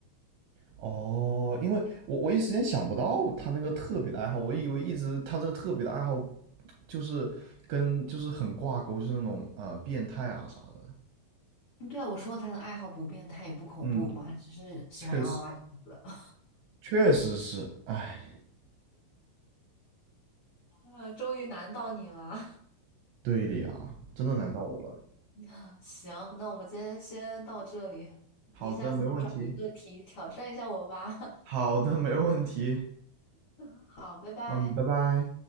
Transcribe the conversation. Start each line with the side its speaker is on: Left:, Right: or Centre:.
Right: 哦！因为我我一时间想不到他那个特别的爱好，我以为一直他这个特别的爱好就是跟就是很挂钩，就是那种呃变态啊啥的。
Left: 对啊，我说他的爱好不变他也不恐怖嘛，
Right: 嗯，
Left: 只是喜欢洋娃娃这样子。
Right: 确实，确实是，哎，
Left: <laughs> 啊，终于难到你了。
Right: 对的呀，真的难到我了。
Left: <laughs> 行，那我们今天先到这里，
Right: 好的，
Left: 你下次再找一个题挑战一下我吧。
Right: 没问题。好的，没问题。
Left: <laughs> 好，拜拜。
Right: 嗯，拜拜。